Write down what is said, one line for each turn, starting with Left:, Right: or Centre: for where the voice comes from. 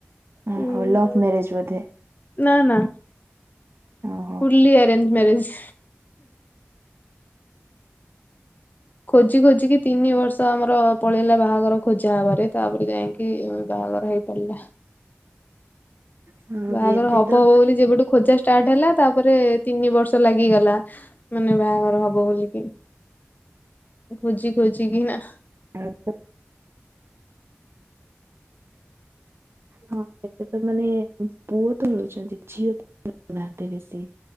Right: ଓହୋ
Left: ଉଁ
Right: ଲଭ୍ ମ୍ୟାରେଜ ବୋଧେ
Left: ନା ନା
Right: ଓହୋ।
Left: ଫୁଲି ଅରେଞ୍ଜ ମ୍ୟାରେଜ। ଖୋଜି ଖୋଜିିକି ତିନି ବର୍ଷ ଆମର ପଳେଇଲା ବାହାଘର ଖୋଜା ହବାରେ। ତାପରେ ଯାଇଁକି ବାହାଘର ହେଇ ହେଲା।
Right: ହଁ
Left: ବାହାଘର
Right: ଏବେ
Left: ହବ ହବ
Right: ତ
Left: ବୋଲି ଯେବେଠୁ ଖୋଜା ଷ୍ଟାର୍ଟ ହେଲା ତାପରେ ତିନି ବର୍ଷ ଲାଗିଗଲା ମାନେ ବାହାଘର ହବ ବୋଲିକି। ଖୋଜି ଖୋଜିିକିନା।
Right: ଆଉ ହଁ ଏବେ ତ ମାନେ ପୁଅତ ମିଳୁଛନ୍ତି ଝିଅତ ମିଳୁନାହାନ୍ତି ବେଶୀ।